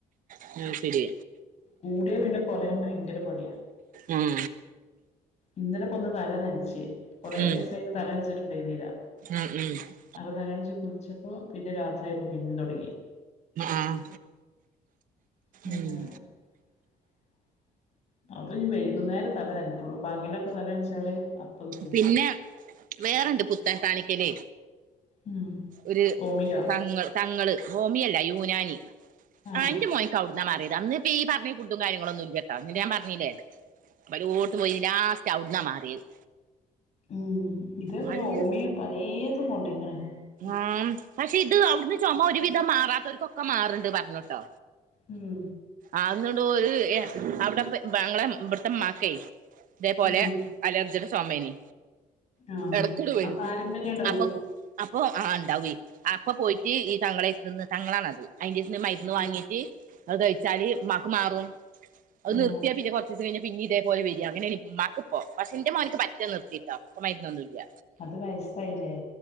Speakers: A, on the right (about 65°); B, on the left (about 45°).
A: അത് ശരി
B: കൂടിയാ പിന്നെ കുറയാൻ ഭങ്കര പണിയാ
A: ഉം
B: ഇന്നലപ്പൊന്ന് തലനച്ച് കൊറെേ
A: ഉം
B: ദിവസായിട്ട് തലനച്ചിട്ടുണ്ടാരുന്നില്ല
A: ഉം ഉം
B: അപ്പൊ തലനച്ച് കുളിച്ചപ്പോ പിന്നെ രാത്രിയയപ്പം പിന്നെ തുടങ്ങി
A: ആഹ്
B: <unintelligible>
A: ഉം
B: അതഇന് വൈകുന്നേരംതല നനക്കോളു പകലൊക്കെ തല നനച്ചാല് പോകും
A: പിന്നെ വേറൊണ്ട് പുത്തൻ കാണിക്കല്
B: ഉം
A: ഒരു
B: ഓമിയാ
A: തങ്ങൾ തങ്ങള് ഹോമിയോ അല്ല യൂനാനി
B: ആഹ്
A: അന്റെമോൻക്ക് അവിടുന്നാ മാറിയത് അന്ന് ഈ പറഞ്ഞ ഫുഡും കാര്യങ്ങളൊന്നും ഇല്ലട്ടോ അന്ന് ഞാൻ പറഞ്ഞില്ലേ പല ടോത്പോയി ലാസ്റ്റ് അവ്ട്ന്ന മാറിയത്
B: ഉം ഇതേപലെ
A: നല്ല
B: ഓമിയും പലെ തു കൊണ്ട് ഇങ്ങനെ <unintelligible>
A: ആഹ <unintelligible> പക്ഷെ ഇത് അവിടുന്ന് ചുമ ഒരുവിധം മാറാത്തവർക്കൊക്കെ മാറ്ണ്ട് പറഞ്ഞോട്ടോ
B: ഉം
A: ആഹാ ഇന്നട്ടോര് എഹേ അവ്ടെപ്പെ അങ്ങളെ ഇബട്ത്തെ ഇമ്മാക്കെ ഇതെപോലെ
B: ഉം
A: അലർജിടെ ചൊമേനി
B: ആഹ്
A: എടക്കെട് വെരും
B: ആ പാരമ്പര്യണ്ടാവും
A: അപ്പം അപ്പൊ ആ ഇണ്ടാവെ അപ്പൊ പോയിട്ട് ഈ തങ്ങളെര്ത്ത്ന്ന് തങ്ങളാണത് അയിന്റെട്ത്ത്ന്ന് മെര്ന്ന്
B: ഉം
A: വാങ്ങീട്ട് അത് കഴിച്ചാല് ഇമ്മാക്ക് മാറും അത് നിർത്തിയാ
B: ആഹ്
A: പിന്നെ കൊ കൊർച്ചീസം കഴിഞ്ഞാ പിന്നിം ഇതേപോലെ വെരാ അങ്ങനേണ് ഇമ്മാക്ക്പ്പം പക്ഷെ ഇന്റെ മോന്ക്ക് പറ്റെ നിർത്തിട്ടൊ ഇപ്പം മര്ന്നൊന്നുല്ല്യ.
B: അത് വയസ്സായില്ലേ